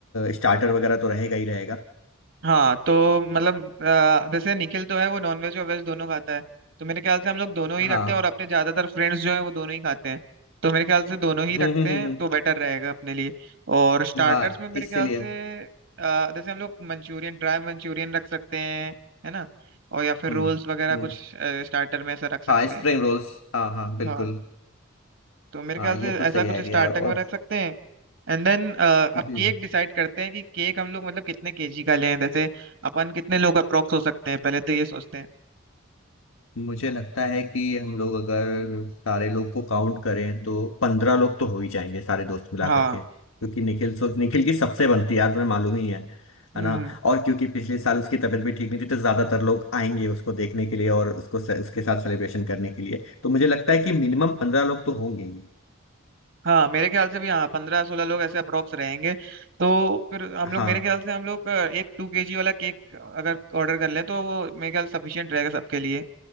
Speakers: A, on the left; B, on the right.
A: स्टार्टर वगैरह तो रहेगा ही रहेगा
B: हाँ तो मतलब अ, जैसे निखिल तो है वो नॉनवेज और वेज दोनों खाता है तो मेरे ख्याल से हम लोग दोनों ही
A: हाँ
B: रखते हैं और अपने ज्यादातर फ्रेंड्स जो है वो दोनों ही खाते हैं तो मेरे ख्याल से दोनों ही रखते
A: हम्म हम्म
B: हैं
A: हम्म
B: तो बेटर रहेगा अपने लिए और स्टार्टर्स
A: हम्म, हाँ
B: में मेरे
A: इसलिए
B: ख्याल से अ, जैसे हम लोग मंचूरियन ड्राई मंचूरियन रख सकते हैं है ना और या फिर
A: हम्म
B: रोल्स वगैरह
A: हम्म
B: कुछ स्टार्टर में ऐसा रख सकते
A: हाँ स्प्रिंग
B: हैं
A: रोल्स हाँ हाँ बिल्कुल
B: हाँ तो मेरे
A: हाँ
B: ख्याल
A: ये
B: से
A: तो सही
B: ऐसा कुछ
A: आइडिया
B: स्टार्टिंग
A: है और
B: में रख सकते हैं एंड देन अब
A: हम्म
B: केक डिसाइड करते हैं कि केक हम लोग मतलब कितने केजी का लें जैसे अपन कितने लोग अप्रोक्स हो सकते हैं पहले तो ये सोचते हैं
A: मुझे लगता है कि हम लोग अगर सारे लोग को काउंट करें तो पंद्रह लोग तो हो ही जाएंगे सारे दोस्त मिला
B: हाँ
A: करके क्योंकि निखिल सो निखिल की सबसे बनती है यार तुम्हें मालूम ही है
B: हम्म
A: है ना
B: हम्म,
A: और क्योंकि पिछले साल उसकी तबीयत भी ठीक नहीं थी तो ज्यादातर लोग आएंगे उसको देखने के लिए और उसको से, उसके साथ सेलिब्रेशन करने के लिए तो मुझे लगता है कि मिनिमम पंद्रह लोग तो होंगे ही
B: हाँ मेरे ख्याल से भी हाँ पंद्रह सोलह लोग ऐसे अप्रोक्स रहेंगे तो फिर हम लोग
A: हाँ
B: मेरे ख्याल से हम लोग अ, एक टू केजी वाला केक अगर ऑर्डर कर लें तो वो मेरे ख्याल सफिशियंट रहेगा सबके लिए